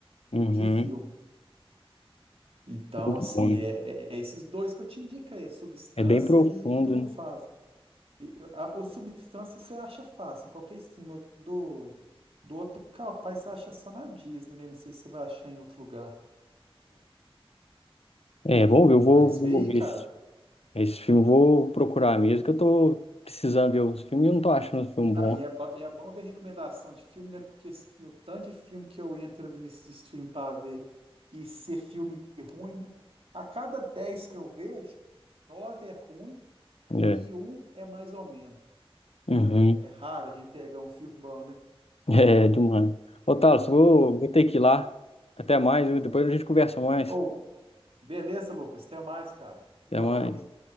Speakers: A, on the left (about 80°); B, on the right (about 70°).
A: Uhum,
B: Que filme. Então,
A: muito
B: assim,
A: bom, né?
B: é, é- é esses dois que eu te indico aí, é Substância
A: É bem profundo,
B: e, e do Mufasa.
A: né?
B: E a, o Substância você acha fácil, em qualquer estima do, do outro, capaz você acha só na Disney, né? Não sei se você vai achar em outro lugar.
A: É, é vamos ver, eu
B: Mas
A: vou, vou
B: vê aí,
A: ver
B: cara.
A: esse, esse filme, vou procurar mesmo, que eu tô precisando ver os filmes e eu não tô achando um filme bom.
B: Ah, e é, ba- e é bom ver recomendação de filme, né? Porque assim, o tanto de filme que eu entro ali nesse stream pra ver e ser filme ruim, né? A cada 10 que eu vejo, 9 é ruim
A: É.
B: e um é mais ou menos.
A: Uhum.
B: É, é é raro a gente pegar um <laughs> filme bom, né?
A: É, demais. Ô, Thales, vou, vou ter que ir lá. Até mais, viu? Depois a gente conversa mais.
B: Ou, beleza, Lucas, até mais, cara.
A: Até
B: Falou,
A: mais.
B: hein?